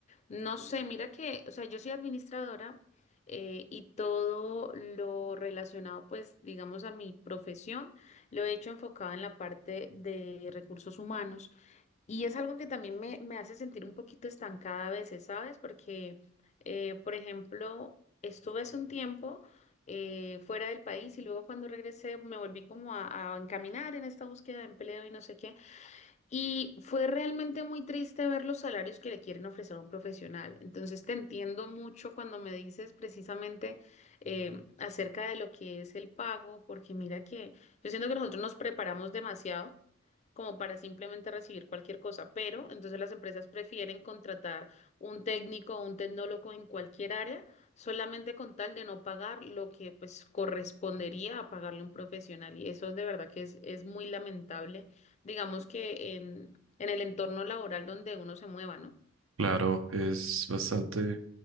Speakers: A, on the left; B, on the right.
A: no sé, mira que, o sea, yo soy administradora eh, y todo lo relacionado pues digamos a mi profesión lo he hecho enfocado en la parte de recursos humanos. Y es algo que también me, me hace sentir un poquito estancada a veces, ¿sabes? Porque, eh, por ejemplo, estuve hace un tiempo eh, fuera del país y luego cuando regresé me volví como a, a encaminar en esta búsqueda de empleo y no sé qué. Y fue realmente muy triste ver los salarios que le quieren ofrecer a un profesional. Entonces te entiendo mucho cuando me dices precisamente eh, acerca de lo que es el pago, porque mira que yo siento que nosotros nos preparamos demasiado como para simplemente recibir cualquier cosa, pero entonces las empresas prefieren contratar un técnico o un tecnólogo en cualquier área solamente con tal de no pagar lo que pues correspondería a pagarle un profesional y eso de verdad que es, es muy lamentable, digamos que en, en el entorno laboral donde uno se mueva, ¿no?
B: Claro, es bastante